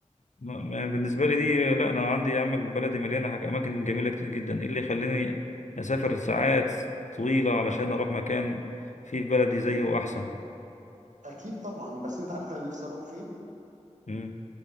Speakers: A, on the left (about 75°); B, on the right (about 85°).
A: ما ما- بالنسبة لي دي لا أنا عندي يا عم بلدي مليانة حاجة أماكن جميلة كتير جدا إيه اللي يخليني أسافر ساعات طويلة علشان أروح مكان فيه في بلدي زيه
B: انت
A: أحسن
B: اكيد طبعا بس انت عارف انا نفسي اروح فين
A: مم.